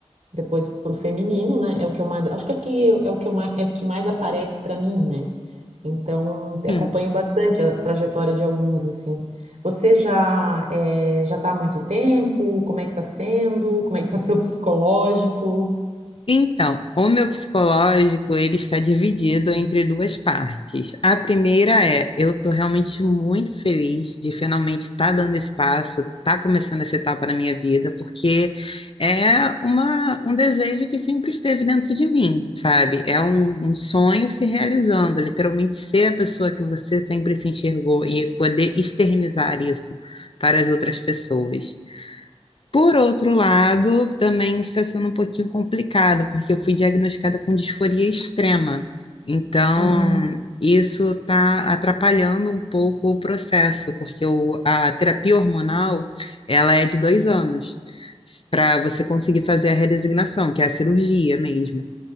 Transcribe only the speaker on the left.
Sim,
Então, o meu psicológico, ele está dividido entre duas partes. A primeira é, eu estou realmente muito feliz de finalmente estar dando esse passo, estar começando essa etapa na minha vida, porque é uma, um desejo que sempre esteve dentro de mim, sabe? É um, um sonho se realizando, literalmente ser a pessoa que você sempre se enxergou e poder externizar isso para as outras pessoas. Por outro lado, também está sendo um pouquinho complicado, porque eu fui diagnosticada com disforia extrema. Então,
isso está atrapalhando um pouco o processo, porque o- a terapia hormonal, ela é de dois anos, para você conseguir fazer a redesignação, que é a cirurgia mesmo.